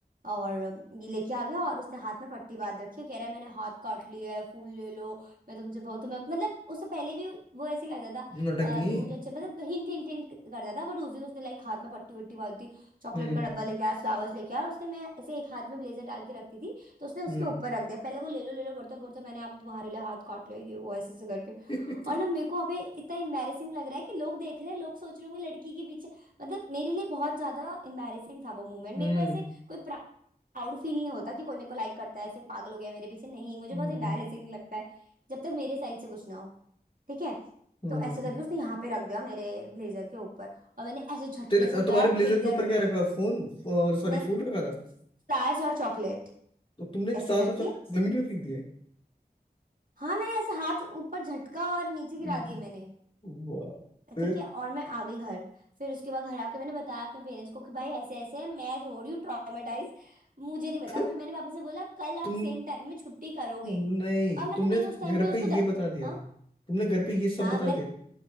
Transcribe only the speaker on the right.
और ये लेके आ गया और उसने हाथ में पट्टी बांध रखी है कह रहा है मैंने हाथ काट लिया है फूल ले लो मैं तुमसे बहुत तुम्हें मतलब उससे पहले भी वो ऐसे करता था
"अ, तुम मुझे अच्छे मतलब हिंट हिंट हिंट करता था बट उस दिन उसने लाइक हाथ में पट्टी वट्टी बांध दी चॉकलेट
का डब्बा लेके आया फ्लावर्स लेके आया और उसने मैं ऐसे एक हाथ में ब्लेजर डाल के रखती थी तो उसने उसके
ऊपर रख दिया पहले वो ले लो ले लो बोलता बोलता मैंने आप तुम्हारे लिए हाथ काट लिया ये वो ऐसे ऐसे करके
और ना मेरे को अबे इतना एम्बैरेसिंग लग रहा है कि लोग देख रहे हैं लोग सोच रहे होंगे लड़की के पीछे मतलब मेरे लिए बहुत ज्यादा एम्बैरेसिंग था वो मोमेंट
मेरे को ऐसे कोई प्राउड फील नहीं होता कि कोई मेरे को लाइक करता है ऐसे पागल हो गया मेरे पीछे नहीं मुझे
बहुत एम्बैरेसिंग लगता है जब तक मेरे साइड से कुछ ना हो ठीक है
तो ऐसे करके उसने यहाँ पे रख दिया मेरे ब्लेजर के ऊपर और मैंने ऐसे झटके
से उठाया
और
फेंक दिया
रोड
में
मैं
फ्लायर्स और चॉकलेट
ऐसे
करके
हाँ मैंने ऐसे हाथ ऊपर झटका और नीचे
गिरा दिए मैंने
ठीक है और मैं आ गई घर फिर उसके बाद घर आके मैंने बताया अपने पेरेंट्स को कि भाई ऐसे ऐसे है मैं हो रही हूँ ट्रॉमेटाइज मुझे नहीं पता
फिर मैंने पापा से बोला कल
आप सेम टाइम में छुट्टी करोगे
और मतलब
मैंने उस टाइम
पे उसको
द...
हाँ
हाँ
मैं